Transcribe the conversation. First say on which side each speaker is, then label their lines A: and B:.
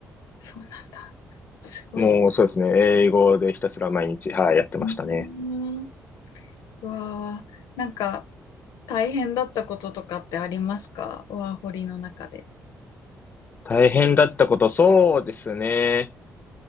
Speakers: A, on the left (about 85°); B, on the left (about 30°).
A: そうなんだ。すごいです。
B: もうそうですね。英語でひたすら毎日、はい、やってましたね。
A: うーん。うわー、なんか大変だったこととかってありますかワーホリの中で。
B: 大変だったこと、そうですね。